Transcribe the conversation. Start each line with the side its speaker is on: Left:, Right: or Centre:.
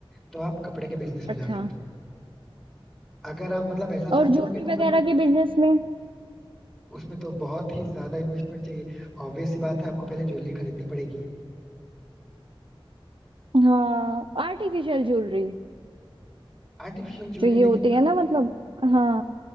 Centre: तो आप कपड़े के बिजनेस में
Right: अच्छा
Centre: जा सकते हो अगर आप मतलब ऐसा
Right: और
Centre: चाहते
Right: ज्वेलरी
Centre: हो कि मतलब
Right: वगैरह के बिजनेस में
Centre: उसमें तो बहुत ही ज्यादा इन्वेस्टमेंट चाहिए ऑब्वियस सी बात है आपको पहले ज्वेलरी खरीदनी पड़ेगी
Right: हाँ आर्टिफिशियल ज्वेलरी
Centre: आर्टिफिशियल ज्वेलरी
Right: जो ये होती
Centre: लेकिन
Right: है ना मतलब हाँ